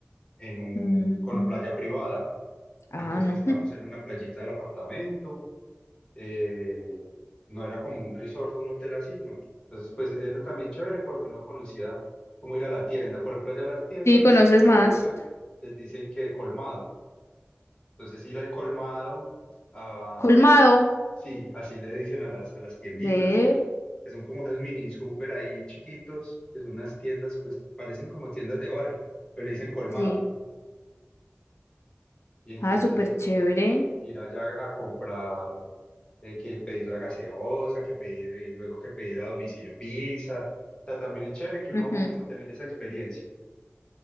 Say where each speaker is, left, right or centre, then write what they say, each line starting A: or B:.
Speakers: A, on the left; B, on the left.
A: en un,
B: Mm,
A: con una playa privada.
B: Ah,
A: Entonces
B: no.
A: estábamos
B: <laughs>
A: era en la playita del apartamento, eh, no era como un resort o un hotel así, ¿no? Entonces pues era también chévere porque uno conocía cómo ir a la tienda. Por ejemplo, allá las tiendas,
B: Sí, conoces
A: a esos mini
B: más.
A: supers, les dicen que colmado. Entonces ir al colmado, a,
B: Colmado.
A: a- sí, así le dicen a las, a las tienditas,
B: Ve.
A: que son como unos mini super ahí chiquitos, que son unas tiendas, pues parecen como tiendas de barrio, pero le dicen colmado.
B: Sí.
A: Y entonces
B: Ah, súper
A: i-
B: chévere.
A: ir allá a comprar, eh, que pedir la gaseosa, que pedir, y luego que pedir a domicilio pizza. O sea, también es chévere que uno
B: Ujú.
A: como tener esa experiencia.